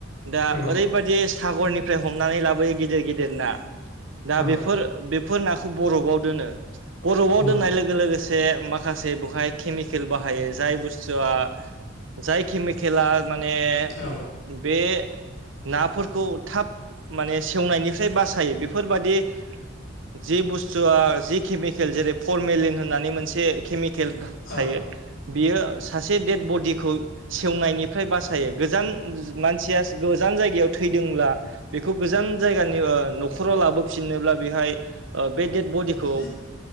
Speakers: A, on the right; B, on the left.
A: दा
B: नंगौ
A: ओरैबादि सागरनि फ्राय हमनानै लाबोयो गिदिर गिदिर ना दा
B: औ
A: बेफोर बे फोर नाखौ बरफआव दोनो बरफआव
B: नंगौ
A: दोननाय लोगो लोगोसे से माखासे बेहाय केमिकेल बाहायो जाय बुस्थुआ जाय केमिकेला माने
B: औ
A: बे नाफोरखौ थाब माने सेवनायनिफ्राय बासायो बेफोरबादि जि बुस्थुआ जि केमिकेल जेरै फरमेलिन होननानै मोनसे केमिकेल थायो
B: औ
A: बियो सासे देड बडिखौ सेवनायनिफ्राय बासायो गोजान मानसिया गोजान जायगायाव थैदोंब्ला बेखौ गोजान जायगानि न'खराव लाबोफिनोब्ला बेहाय ओ बे डेद बडिखौ
B: औ